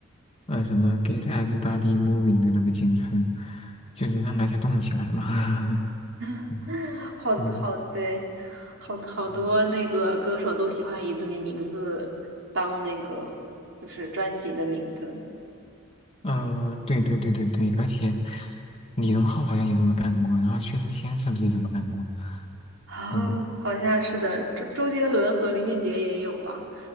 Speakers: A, on the left (about 30°); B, on the right (about 70°).
A: 呃什么 Get Everybody Moving 的那个简称，就是让大家动起来嘛。<laughs>
B: <laughs>
A: 嗯
B: 好好对，
A: 嗯，
B: 好好多那个歌手都喜欢以自己名字当那个就是专辑的名字，
A: 嗯，呃，对对对对对，而且李荣浩好像也这么干过，然后薛之谦是不是也这么干过？
B: <laughs> 啊好像是的，
A: 嗯，
B: 周周杰伦和林俊杰也有吧？